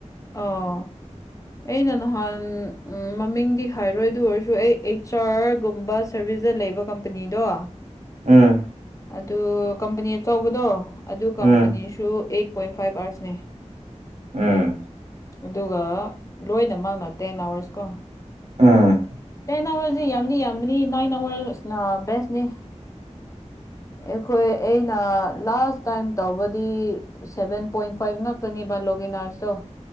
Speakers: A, on the left (about 25°); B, on the right (about 70°).
A: ꯑꯣ ꯑꯩꯅ ꯅꯍꯥꯟ ꯃꯃꯤꯡꯗꯤ ꯍꯥꯏꯔꯣꯏ ꯑꯗꯨ ꯑꯣꯏꯔꯁꯨ ꯑꯩ ꯑꯩꯆ ꯑꯥꯔꯒꯨꯝꯕ ꯁꯔꯚꯤꯁꯇ ꯂꯩꯕ ꯀꯝꯄꯅꯤꯗꯣ
B: ꯎꯝ
A: ꯑꯗꯨ ꯀꯝꯄꯅꯤ ꯑꯆꯧꯕꯗꯣ ꯑꯗꯨ
B: ꯎꯝ
A: ꯀꯝꯄꯅꯤꯁꯨ ꯑꯩꯠ ꯄꯣꯏꯟ ꯐꯥꯏꯚ ꯑꯋꯥꯔꯁꯅꯦ
B: ꯎꯝ
A: ꯑꯗꯨꯒ ꯂꯣꯏꯅꯃꯛꯅ ꯇꯦꯟ ꯑꯋꯥꯔꯁ ꯀꯣ
B: ꯎꯝ
A: ꯇꯦꯟ ꯑꯋꯥꯔꯁꯦ ꯌꯥꯝꯗꯤ ꯌꯥꯝꯕꯅꯤ ꯅꯥꯏꯟ ꯑꯋꯥꯔꯁꯅ ꯕꯦꯁꯅꯦ ꯑꯩꯈꯣꯏ ꯑꯩꯅ ꯂꯥꯁ ꯇꯥꯏꯝ ꯇꯧꯕꯗꯤ ꯁꯦꯚꯦꯟ ꯄꯣꯏꯟ ꯐꯥꯏꯚ ꯉꯥꯛꯇꯅꯦꯕ ꯂꯣꯒꯦꯅꯥꯔꯁꯇꯣ